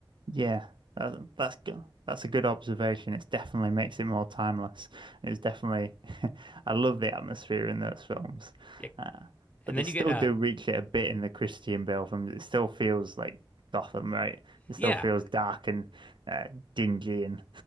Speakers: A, on the right; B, on the left.
A: Yeah, that's that's good. That's a good observation. It definitely makes it more timeless. It's definitely, <laughs> I love the atmosphere in those films,
B: Yeah,
A: uh, but
B: and
A: they
B: then
A: still
B: you get uh
A: do reach it a bit in the Christian Bale films. It still feels like Gotham, right? It
B: yeah,
A: still feels dark and uh, dingy, and